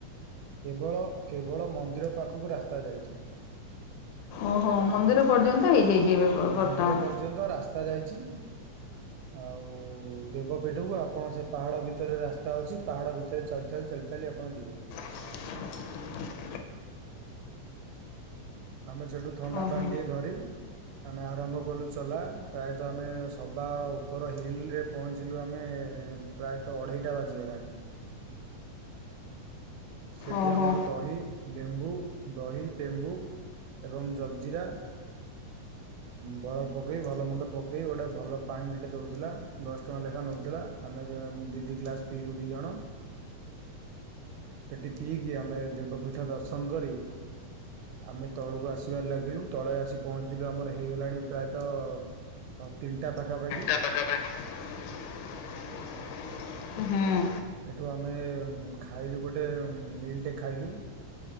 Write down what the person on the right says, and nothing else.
କେବଳ କେବଳ ମନ୍ଦିର ପାଖକୁ ରାସ୍ତା ଯାଇଛି।
ମନ୍ଦିର
ପର୍ଯ୍ୟନ୍ତ ରାସ୍ତା ଯାଇଛି ଆଉ ଦେବପୀଠକୁ ଆପଣ ସେ ପାହାଡ଼ ଭିତରେ ରାସ୍ତା ଅଛି ପାହାଡ଼ ଭିତରେ ଚାଲି ଚାଲି ଚାଲି ଚାଲି ଆପଣ ଯିବେ।
ଆମେ ସେଠୁ ଥଣ୍ଡା
ପାଣି ଟିକଏ ଧରି ଆମେ ଆରମ୍ଭ କଲୁ ଚଲା ପ୍ରାୟତଃ ଆମେ ସବା ଉପର ହିଲ୍ରେରେ ପହଞ୍ଚିଲୁ ଆମେ ପ୍ରାୟତଃ ଅଢ଼େଇଟା ବାଜିଗଲାଣି। ସେଠି
ଆମର ଦହି ଲେମ୍ବୁ ଦହି ଲେମ୍ବୁ ଏବଂ ଜଲଜିିରା। ବରଫ ପକାଇ ଭଲ ମନ୍ଦ ପକାଇ ଗୋଟେ ଭଲ ପାଣି ଟିକେ ଦେଉଥିଲା। ଦଶ ଟଙ୍କା ଲେଖା ନେଉଥିଲା ଆମେ ଦୁଇ ଦୁଇ ଗ୍ଲାସ୍ ପିଇଲୁ ଦୁଇ ଜଣ। ସେଇଠି ପିଇକି ଆମେ ଦେବପୀଠ ଦର୍ଶନ କରି ଆମେ ତଳକୁ ଆସିବାରେ ଲାଗିଲୁ ତଳେ ଆସି ପହଞ୍ଚିଲୁ ଆମର ହେଇଗଲାଣି ପ୍ରାୟତଃ ହଁ ତିନିଟା ପାଖାପାଖି
ସେଠୁ ଆମେ ଉଁ ଖାଇଲୁ ଗୋଟେ ଉଁ ମିଲଟେ ଖାଇଲୁ।